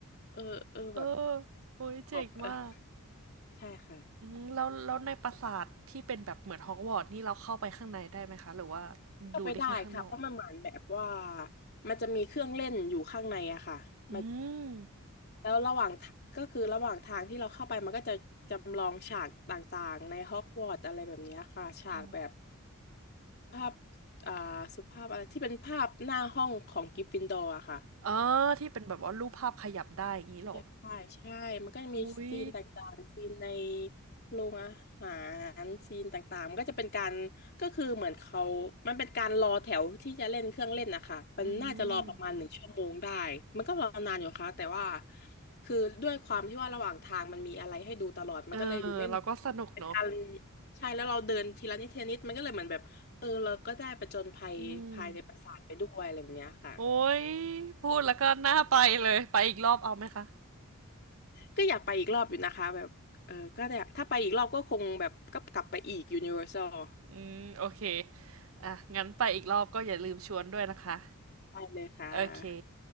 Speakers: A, on the left; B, on the right.
A: เออเออแบบ
B: เออโอ้ยเจ๋งมาก
A: ขอบเออใช่ค่ะ
B: อืมแล้วแล้วในปราสาทที่เป็นแบบเหมือนฮอกวอตส์นี่เราเข้าไปข้างในได้ไหมคะหรือว่า
A: เข้าไปได้ค่ะเพราะมันเหมือนแบบว่า
B: ดูได้แค่ข้างนอก
A: มันจะมีเครื่องเล่นอยู่ข้างในอะค่ะมา
B: อืม
A: แล้วระหว่างทาก็คือระหว่างทางที่เราเข้าไปมันก็จะจำลองฉากต่างๆในฮอกวอตส์อะไรแบบเนี้ยค่ะฉากแบบ
B: โห
A: ภาพอ่าสุภาพอะไรที่เป็นภาพหน้าห้องของกริฟฟินดอร์อะค่ะ
B: อ๋อที่เป็นแบบว่ารูปภาพขยับได้อย่างงี้เหรอ
A: อยากถ่ายใช่มันก็จะมีซีนต่างๆซีนใน
B: อุ๊ย
A: โรงอาหารซีนต่างๆมันก็จะเป็นการก็คือเหมือนเขามันเป็นการรอแถวที่จะเล่นเครื่องเล่นนะคะมันน่าจะรอประมาณหนึ่งชั่วโมงได้
B: อืม
A: มันก็รอนานอยู่ค่ะแต่ว่าคือด้วยความที่ว่าระหว่างทางมันมีอะไรให้ดูตลอดมันก็เลยดูไม่เบื่อเป็นการ
B: เออเราก็สนุกเนอะ
A: ใช่แล้วเราเดินทีละนิดทีละนิดมันก็เลยเหมือนแบบเออเราก็ได้ผจญภัยภายในปราสาทไปด้วยอะไรแบบเนี้ยค่ะ
B: อืมโอ้ยพูดแล้วก็น่าไปเลยไปอีกรอบเอาไหมคะ
A: ก็อยากไปอีกรอบอยู่นะคะแบบเออก็อยากถ้าไปอีกรอบก็คงแบบก็กลับไปอีก Universal
B: อืมโอเค อ่ะงั้นไปอีกรอบก็อย่าลืมชวนด้วยนะคะ
A: ไปเลยค่ะ
B: โอเค